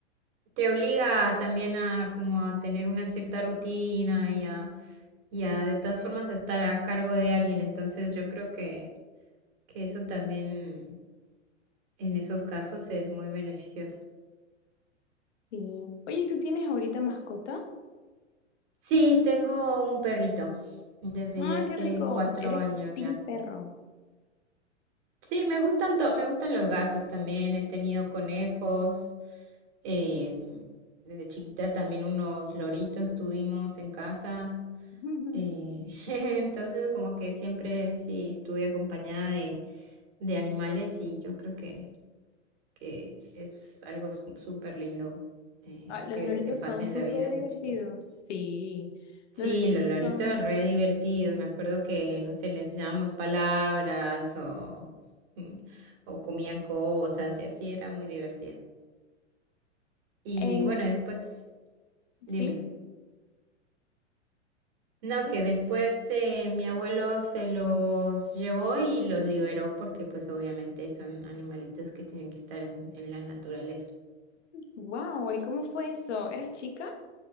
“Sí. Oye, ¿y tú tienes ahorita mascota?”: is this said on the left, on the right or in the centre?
Left